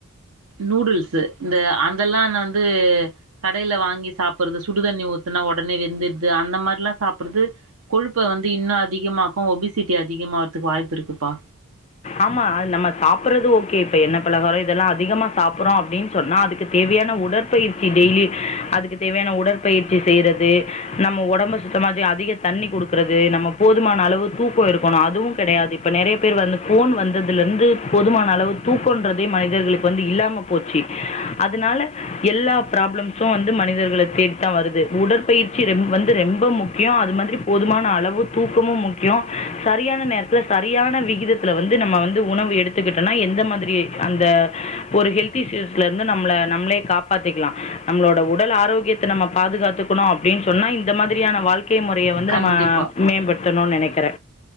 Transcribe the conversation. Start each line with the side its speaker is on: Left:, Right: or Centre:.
Right: நூடுல்ஸ் இந்த அதெல்லா நா வந்து கடைல வாங்கி சாப்பிடுறது சுடுதண்ணி ஊத்துனா ஒடனே வெந்துட்து அந்த மாரில்லா சாப்டறது கொழுப்ப வந்து இன்னு அதிகமாக்கு ஒபிசிட்டி அதிகமாறதுக்கு வாய்ப்பு இருக்குப்பா
Left: ஆமா நம்ம சாப்படுறது ஓகே இப்ப எண்ணை பலகாரோ இதெல்லா அதிகமா சாப்பட்றோ அப்டின்னு சொன்னா அதுக்கு தேவையான உடற்பயிற்சி டெய்லி அதுக்கு தேவையான உடற்பயிற்சி செய்யறது நம்ம ஒடம்ப சுத்தமாக்க அதிக தண்ணி குடுக்கறது நம்ம போதுமான அளவு தூக்கோ இருக்கணு அதுவு கெடையாது இப்ப நெறைய பேர் வந்து ஃபோன் வந்ததுலர்ந்து போதுமான அளவு தூக்கன்றதே மனிதர்களுக்கு வந்து இல்லாம போச்சு அதனால எல்லா பராப்ளம்ஸு வந்து மனிதர்கள தேடித்தா வருது உடற்பயிற்சி ரம் வந்து ரெம்ப முக்கியம் அது மாதிரி போதுமான அளவு தூக்கமு முக்கியோ சரியான நேரத்துல சரியான விகித வந்து நம்ம வந்து உணவு எடுத்துக்கிட்டோனா எந்த மாதிரி அந்த ஒரு ஹெல்த் இூஸ்ல இருந்து நம்மளை நம்மளே காப்பாத்திக்கலாம் நம்மளோட உடல் ஆரோக்கியத்தை நம்ம பாதுகாத்துக்கணும் அப்படின்னு சொன்னா இந்த மாதிரியான வாழ்க்க முக்கிய முறைய வந்து
Right: கண்டிப்பா
Left: நம்ம மேம்படுத்தணும்னு நினைக் திற